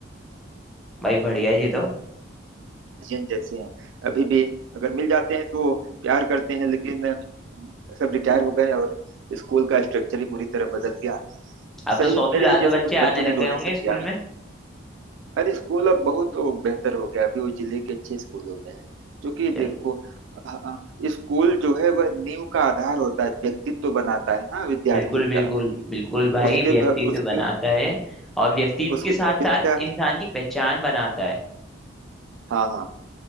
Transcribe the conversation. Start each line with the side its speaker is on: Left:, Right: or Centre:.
Centre: भाई बढ़िया है ये तो
Right: जिन जैसे हैं अभी भी अगर मिल जाते हैं तो प्यार करते हैं लेकिन सब रिटायर हो गए और स्कूल का स्ट्रक्चर ही पूरी तरह बदल गया
Centre: अब
Right: सही
Centre: तो सौ
Right: है
Centre: से
Right: मेरे
Centre: ज्यादा
Right: ही जैसे
Centre: बच्चे
Right: कुछ बच्चों
Centre: आने लग
Right: ने
Centre: गए
Right: डोनेशन
Centre: होंगे स्कूल
Right: किया
Centre: में
Right: अरे स्कूल अब बहुत तो बेहतर हो गया अभी वो जिले के अच्छे स्कूलों में है क्योंकि
Centre: चल
Right: देखो अ- अ, स्कूल जो है वह नींव का आधार होता है व्यक्तित्व बनाता है ना विद्यार्थी
Centre: बिल्कुल बिल्कुल
Right: का
Centre: बिल्कुल भाई
Right: उसके
Centre: व्यक्तित्व
Right: भव- उसके
Centre: बनाता है और व्यक्तित्व
Right: उसके
Centre: के साथ
Right: भविष्य
Centre: साथ
Right: का
Centre: इंसान की पहचान बनाता है
Right: हाँ हाँ